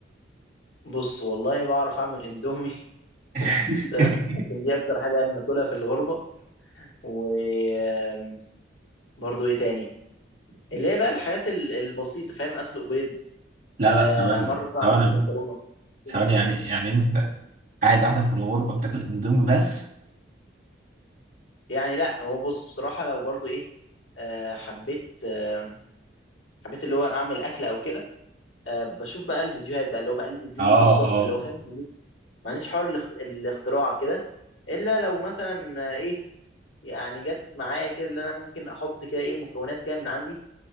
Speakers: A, on the left; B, on the right.
A: بص والله بعرف اعمل اندومي <laughs>
B: <laughs>
A: تمام لكن دي اكتر حاجه انا باكلها في الغربه وبرضه ايه تاني اللي هي بقى الحاجات ال- البسيطه فاهم اسلق بيض
B: لا
A: آه
B: لا ثواني
A: مره عملت
B: ثواني
A: مكرونه كده
B: ثواني يعني يعني انت قاعد لوحدك في الغربه بتاكل اندومي بس
A: يعني لا هو بص بصراحه لو برضه ايه آه حبيت آه حبيت اللي هو اعمل اكل او كده آه بشوف بقى الفيديوهات بقى اللي هو بقلد الفيديو
B: اه
A: بالظبط
B: اه
A: اللي هو فاهم ما عنديش حوار الاخ- الاختراع كده الا لو مثلا آه، ايه يعني جت معايا كده اللي انا ممكن احط كده ايه مكونات كده من عندي